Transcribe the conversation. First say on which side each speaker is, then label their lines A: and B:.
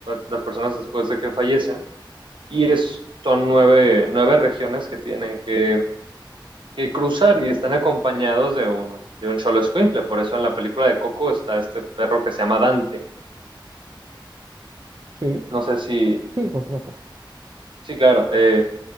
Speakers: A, on the right (about 75°); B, on the right (about 45°).
A: las personas después de que fallecen y es, son nueve, nueve regiones que tienen que, que cruzar y están acompañados de un, de un cholo escuincle. Por eso en la película de Coco está este perro que se llama Dante.
B: Sí.
A: No sé si,
B: Sí, por supuesto.
A: sí, claro. eh,